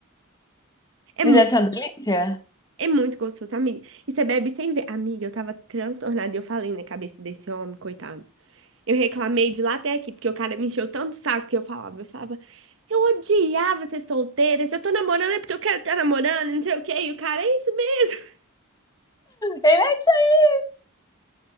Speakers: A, on the right; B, on the left.
A: É
B: Ele
A: muito,
B: deve ser uma delícia?
A: é muito gostoso, amiga. E você bebe sem ver. Amiga, eu tava transtornada e eu falei na cabeça desse homem, coitado. Eu reclamei de lá até aqui, porque o cara me encheu tanto o saco que eu falava. Eu falava, eu odiava ser solteira. Se eu tô namorando é porque eu quero estar namorando, não sei o quê. E o cara, é isso mesmo.
B: Ele é isso aí!